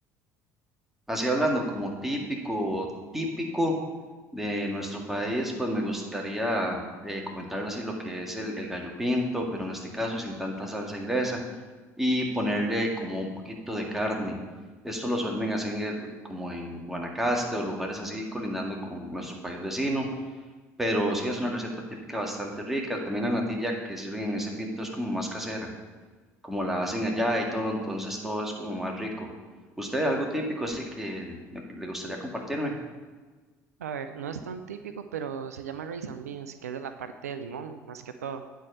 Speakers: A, in the centre; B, on the right.
A: Así hablando, como típico, típico de nuestro país, pues me gustaría eh, comentarle así lo que es el, el gallo pinto, pero en este caso sin tanta salsa inglesa y ponerle como un poquito de carne. Esto lo suelen hacer en- como en Guanacaste o lugares así colindando con nuestro país vecino, pero sí es una receta típica bastante rica. También la natilla que sirven en ese pinto es como más casera, como la hacen allá y todo, entonces todo es como más rico. ¿Usted algo típico así que me- le gustaría compartirme?
B: A ver, no es tan típico, pero se llama rice and beans, que es de la parte de limón, más que todo.